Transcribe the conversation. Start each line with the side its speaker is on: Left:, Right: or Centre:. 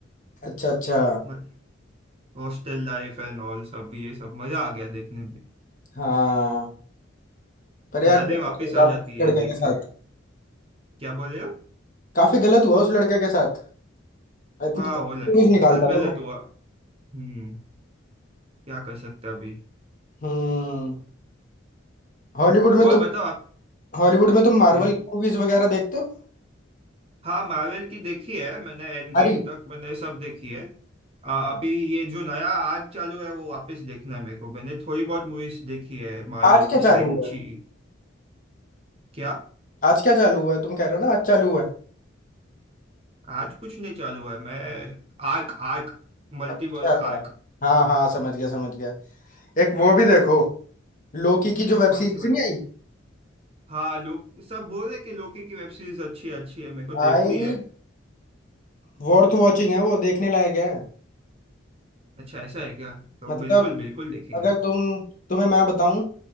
Left: अच्छा अच्छा
Right: <laughs> हॉस्टल लाइफ एंड ऑल सब ये सब मजा आ गया देखने में
Left: हाँ पर यार
Right: यादें वापस
Left: काफी
Right: आ जाती है
Left: लड़के
Right: देख
Left: के साथ
Right: के क्या बोल रहे हो
Left: काफ़ी गलत हुआ उस लड़के के साथ आई
Right: हाँ
Left: थिंक
Right: वो लड़की
Left: मूवीज
Right: के
Left: निकालता
Right: साथ गलत
Left: था वो
Right: हुआ हम्म क्या कर सकते हैं अभी
Left: हम्म हॉलीवुड में
Right: और
Left: तो
Right: बताओ आप
Left: हॉलीवुड में तुम मार्वल
Right: बोलिए
Left: की मूवीज वगैरह देखते हो
Right: हाँ मार्वल की देखी है मैंने एंड गेम
Left: अरे
Right: तक मैंने सब देखी है आ, अभी ये जो नया आर्क चालू है वो वापस देखना है मेरे को मैंने थोड़ी बहुत मूवीज देखी है मार्वल
Left: आज क्या
Right: की
Left: चालू
Right: शैंगची
Left: हुआ है
Right: क्या
Left: आज क्या चालू हुआ है तुम कह रहे हो ना आज चालू हुआ है
Right: आज कुछ नहीं चालू है मैं आर्क आर्क मल्टीवर्स
Left: अच्छा
Right: आर्क
Left: हाँ हाँ समझ गया समझ गया एक वो भी देखो लोकी की जो वेब
Right: कौन
Left: सीरीज
Right: सी वाले
Left: नहीं आई
Right: हाँ लोग सब बोल रहे कि लोकी की वेब सीरीज अच्छी अच्छी है मेरे
Left: भाई
Right: को देखनी है
Left: वर्थ वॉचिंग है वो देखने लायक है
Right: अच्छा ऐसा है क्या तो
Left: मतलब
Right: बिल्कुल बिल्कुल देखेंगे
Left: अगर तुम तुम्हें मैं बताऊं